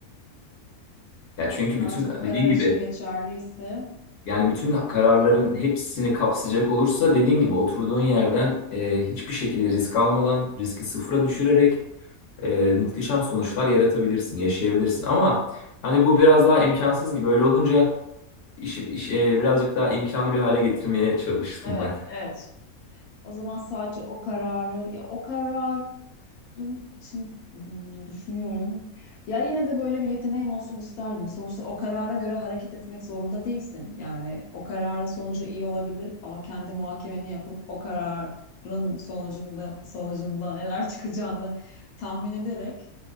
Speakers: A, on the left (about 50°); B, on the left (about 75°).
A: Ya çünkü
B: Sadece
A: bütün
B: o
A: dediğin
B: karar
A: gibi
B: için geçerliyse
A: yani bütün kararların hepsini kapsayacak olursa dediğin gibi oturduğun yerden e, hiçbir şekilde risk almadan riski sıfıra düşürerek e, muhteşem sonuçlar yaratabilirsin, yaşayabilirsin. Ama hani bu biraz daha imkansız gibi. Öyle olunca iş, iş, e, birazcık daha imkanlı bir hale getirmeye çalıştım
B: Evet,
A: ben. <laughs>
B: evet. O zaman sadece o kararı ya o kararın için hmm, düşünüyorum. Ya yine de böyle bir yeteneğim olsun isterdim. Sonuçta o karara göre hareket etmek zorunda değilsin. Yani o kararın sonucu iyi olabilir ama kendi muhakemeni yapıp o kararın sonucunda sonucunda neler çıkacağını tahmin ederek